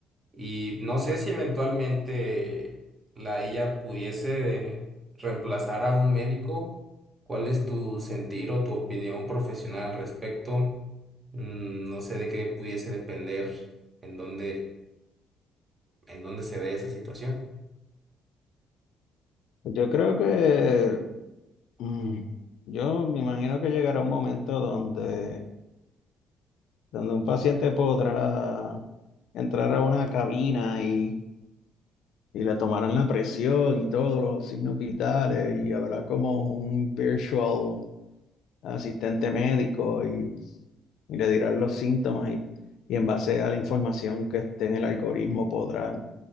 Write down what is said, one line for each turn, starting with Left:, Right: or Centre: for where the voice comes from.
Right: Y no sé si eventualmente la IA pudiese reemplazar a un médico. ¿Cuál es tu sentir o tu opinión profesional al respecto? Mm, No sé de qué pudiese depender en dónde, en dónde se ve esa situación.
Left: Yo creo que mm, yo me imagino que llegará un momento donde, donde un paciente podrá entrar a una cabina y, y le tomarán la presión y todos los signos vitales y habrá como un virtual asistente médico y, y le dirán los síntomas y, y en base a la información que esté en el algoritmo podrán